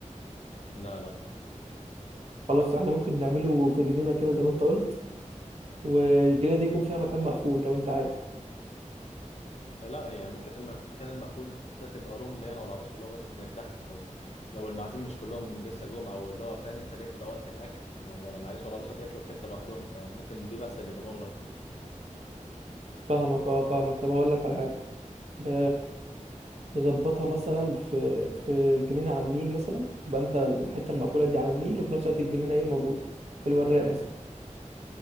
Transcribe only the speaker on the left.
لا لا
لا يعني ممكن المكان المقفول ده تبقى روم ليا انا والعروسه اللي هو بس نرتاح لو لو المعازيم مش كلهم لسه جم او اللي هو فاهم انت اللي هي بتبقى وقت الاكل ما هو العريس والعروسه بياكلوا في حته لوحدهم فممكن دي بس اللي يبقى مغلق فيه